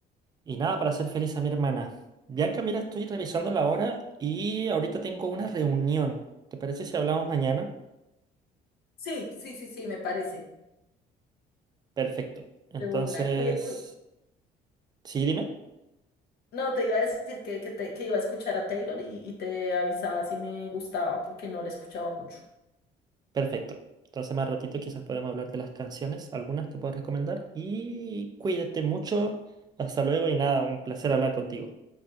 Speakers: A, on the right; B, on the left.
A: Y nada, para hacer feliz a mi hermana. Bianca, mira, estoy revisando la hora y ahorita tengo una reunión. ¿Te parece si hablamos mañana?
B: Sí, sí, sí, sí, me parece.
A: Perfecto. Entonces,
B: De una. cuida- cu-
A: sí, dime.
B: No, te iba a decir que, que, te- que iba a escuchar a Taylor y, y te avisaba si me gustaba, porque no la he escuchado mucho.
A: Perfecto. Entonces, más ratito quizás podemos hablar de las canciones. Algunas te puedo recomendar. Y cuídate mucho. Hasta luego y nada, un placer hablar contigo.